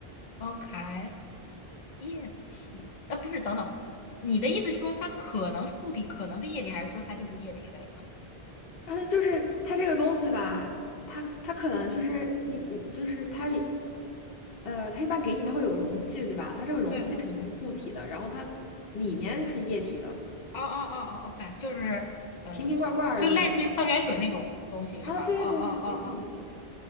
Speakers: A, on the left; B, on the left.
A: OK，液体，呃，不是，等等，你的意思是说它可能是固体，可能是液体，还是说它就是液体类的？
B: 呃，就是它这个东西吧，它它可能就是你你就是它呃，它一般给你它会有个容器，对吧？它这个容器肯定是固体的，
A: 对对对，哦
B: 然后它里面是液体的，
A: 哦哦哦，OK，就是嗯、
B: 瓶瓶罐罐儿这种。
A: 呃就类似于矿泉水那种东西是吧？
B: 啊，对对对，
A: 哦哦哦
B: 没错没错，